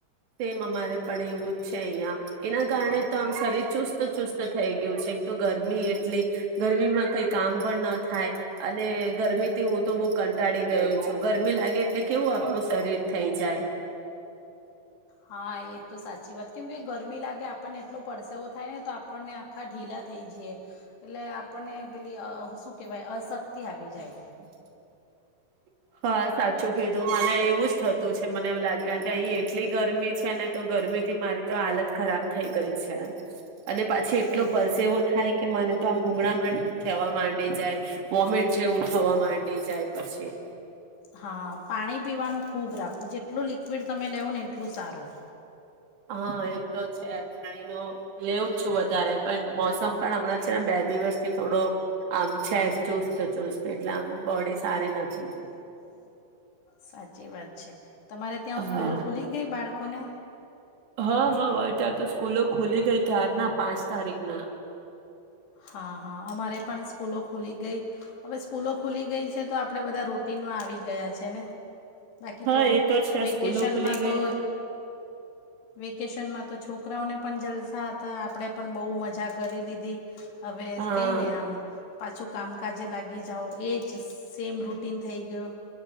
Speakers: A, on the right; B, on the left.
A: સેમ અમારે પણ એવું જ છે અહિયાં એના કારણે જ તો શરીર ચુસ્ત ચુસ્ત થઈ ગયું છે એક તો ગરમી એટલી ગરમીમાં કઈ કામ પણ ન થાય અને ગરમીથી હું તો બહુ કંટાળી ગયું છું ગરમી લાગે એટલે કેવું આપણું શરીર થઈ જાય.
B: હા એ તો સાચી વાત કેમ કે ગરમી લાગે આપ પણને એટલો પરસેવો થાય ને તો આપણને આખા ઢીલા થઈ જીએ એટલે. આપણને પેલી અ શું કહેવાય અશક્તિ આવી જાય.
A: <inaudible> હા સાચું કીધું મને એવું જ થતું છે મને એવું લાગે કે અહી એટલી ગરમી છે ને તો ગરમી થી મારી તો હાલત ખરાબ થઈ ગઈ છે. અને પાછી એટલો
B: બિલકુલ
A: પરસે એવો થાય કે મને તો આમ ગૂગળામ થવા માંડી જાય વોમિટ જેવું થવા માંડી જાય પછી.
B: હા પાણી પીવાનું ખૂબ રાખો જેટલું લિક્વિડ તમે લેવો ને એટલું સારું.
A: હા એ તો છે પાણી ન લેવું છું વધારે પણ મોસમ પણ હમણાં છે ને બે દિવસથી થોડો આમ છે ચુસ્ત ચુસ્ત એટલે આમ બોડી સારી નથી.
B: સાચી વાત છે. તમારે ત્યાં સ્કૂલો
A: હા
B: ખુલી ગઈ બાળક કોને.
A: હા હા હોય ત્યાં તો સ્કૂલો ખુલી ગઈ કેારના પાંચ તારીખના.
B: હા હા અમારે પણ સ્કૂલો ખુલી ગઈ હવે સ્કૂલો ખુલી ગઈ છે તો આપણે બધા રૂટનમાં આવી ગયા છે ને. બાકી
A: હા
B: તો
A: એ છે
B: વેકેશનમાં
A: સ્કૂલો ખુલી ગઈ
B: તો વેકેશનમાં તો છોકરાઓને પણ જલસા હતા આપણે પણ બહુ મજા કરી લીધી. હવે
A: હા
B: કઈને આમ પાછું કામકાજે લાગી જાઓ એ જ સેમ રૂટીન થઈ ગયો.